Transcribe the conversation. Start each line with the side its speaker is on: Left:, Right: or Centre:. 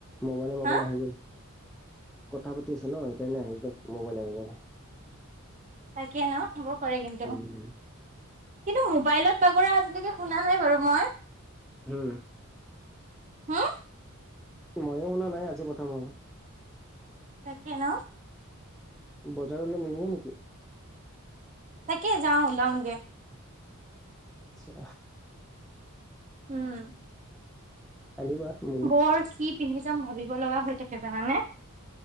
Centre: মবাইলে মবাইলে
Right: হা
Centre: আহি গল। কথা পাতি আছো ন, সেইকাৰণে আহি গ'ল মোবাইলে মোবাইলে।
Right: তাকে ন হ'ব পাৰে কিন্তু। কিন্তু
Centre: উম
Right: মোবাইলত বাগৰা আজিলৈকে শুনা নাই বাৰু মই।
Centre: হু।
Right: হুম
Centre: ময়ো শুনা নাই আজি প্ৰথম মোৰো।
Right: তাকে ন
Centre: বজাৰলৈ নিনিয়ে নেকি?
Right: তাকে যাওঁ ওলাওঁগে।
Centre: আচ্ছা।
Right: উম
Centre: আনিবা মোলে।
Right: বৰ কি পিন্ধি যাম ভাবিব লগা হৈ থাকে জানানে?